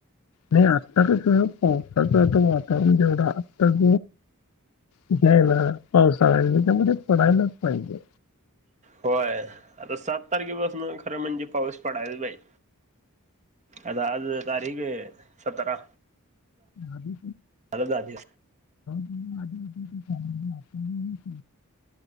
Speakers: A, on the left; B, on the right.
A: नाही आत्ता कसं पावसाचं आता वातावरण जेवढं आत्ताच. द्यायला पावसाळा त्यामध्ये पडायलाच पाहिजे.
B: होय आता सात तारखेपासनं खरं म्हणजे पाऊस पडायच पाहिजे. आज आज तारीख सतरा.
A: आदी.
B: हॅलो दाजी.
A: माझ <inaudible>